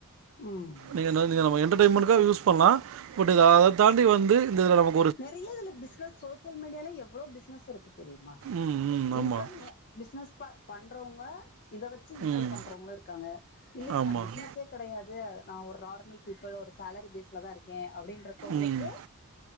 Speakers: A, on the left; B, on the right.
A: ம்
B: நீங்கனா நீங்க நம்ம என் ண்டடைமண்டுக்காவ் யூஸ் பண்லா பட் இது அத தாண்டி வந்து இந்த இதுல நம
A: நெறைய அதுல பிசினஸ் சோசியல் மீடியால எவ்ளோ பிசினஸ் இருக்குது தெரியுமா
B: ம் ம்
A: இன்கம்
B: ஆமாம்
A: எ பிசினஸ் ப பண்றவுங்க இத வெச்சி இம்ப்ரூவ்
B: ம்
A: பண்றவங்களு இருக்காங்க இல்ல
B: ஆமாம்
A: நா பிசினஸே கெடயா து நா ஒர் ரார்மல் பீப்பிள் ஒரு சேலரி பேஸ்ல தா இருக்கே அப்டின்ருக்கவுங்களுக்கு
B: ம்